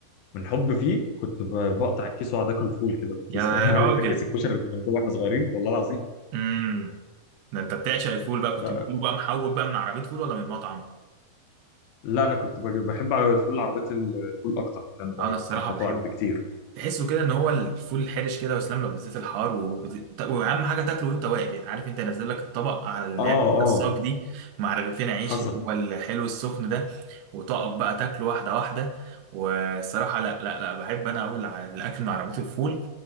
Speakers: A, on the left (about 75°); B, on the right (about 85°).
A: من حب فيه كنت ب- بقطع الكيس واقعد اكل الفول كده بالكيس
B: يا
A: فاهم <laughs> عارف
B: راجل
A: انت كيس الكشري اللي كنا بنجيبه واحنا صغيرين والله العظيم
B: امم ده انت بتعشق الفول بقى كنت
A: فلا
B: بتجيبه بقى محوج بقى من عربيه فول ولا من مطعم
A: انا كنت بجيب بحب الفول عربيه الفول اكتر من ال-
B: انا الصراحه
A: من المطاعم
B: بحبه
A: بكتير
B: تحسه كده ان هو الفول الحرش كده وسلام لو بالذات الحار وبت... واهم حاجه تاكله وانت واقف يعني عارف انت نازل لك الطبق على اللي
A: اه
B: هي الحتة
A: اه
B: الصاج دي مع رغيفين عيش
A: حصل
B: اللي هو الحلو السخن ده وتقف بقى تاكله واحده واحده والصراحه لا لا لا بحب انا اقول على الاكل من عربيه الفول